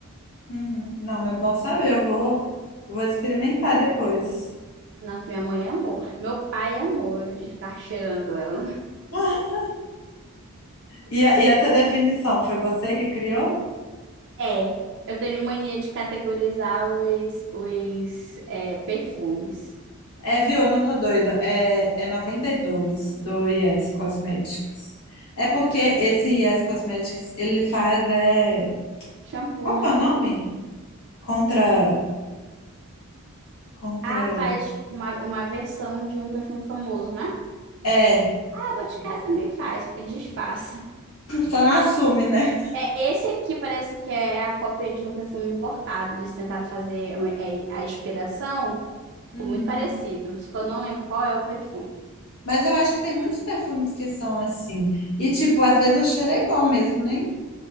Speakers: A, on the left (about 70°); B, on the right (about 55°).
A: Uhum. Não, mas é bom saber, eu vou, vou experimentar depois.
B: Nossa, minha mãe amou. Meu pai amou ele ficar cheirando ela.
A: <laughs> E, a- e essa definição, foi você que criou?
B: É, eu tenho mania de categorizar os, os é, perfumes.
A: É, viu? Eu não tô doida. É, é 92 do Yes Cosmetics. É porque esse Yes Cosmetics, ele faz, é...
B: Shampoo,
A: Qual
B: né?
A: que é o nome? Contra... Contra...
B: Ah, faz tipo, uma, uma versão de um perfume famoso, né?
A: É,
B: Ah, Boticário
A: <laughs>
B: também faz, só que disfarça.
A: só não assume, né?
B: É, esse aqui parece que é a cópia de um perfume importado. Eles tentaram fazer uma- é, a inspiração, ficou
A: Uhum.
B: muito parecido, só que eu não lembro qual é o perfume.
A: Mas eu acho que tem muitos perfumes que são assim. E, tipo, às vezes o cheiro é igual mesmo, né?